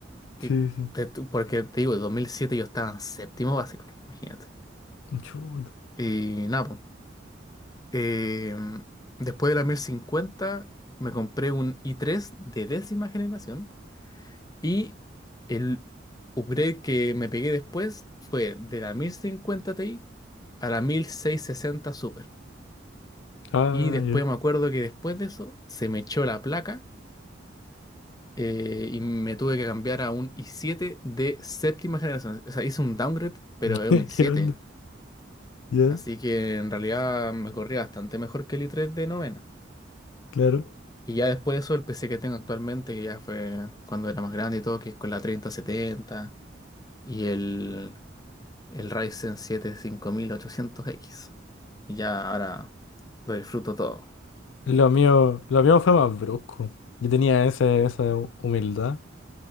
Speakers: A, on the left (about 80°); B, on the left (about 20°).
A: sí,
B: Y
A: sí.
B: te- tú- porque te digo, en 2007 yo estaba en séptimo básico, imagínate.
A: Chuta.
B: Y nada, po. Eh, después de la 1050 me compré un i tres de décima generación Y el upgrade que me pegué después fue de la 1050 Ti a la 1660 Super.
A: Ah,
B: Y después
A: ya.
B: me acuerdo que después de eso se me echó la placa eh, y me tuve que cambiar a un i7 de séptima generación. O sea, hice un downgrade, pero
A: <laughs>
B: es un i7.
A: ¿Qué onda? Ya,
B: Así que en realidad me corría bastante mejor que el i3 de novena.
A: claro.
B: Y ya después de eso, el PC que tengo actualmente, que ya fue cuando era más grande y todo, que es con la treinta setenta y el el Ryzen 7 5800X. Y ya ahora lo disfruto todo.
A: Lo mío, lo mío fue más brusco. Yo tenía esa, esa humildad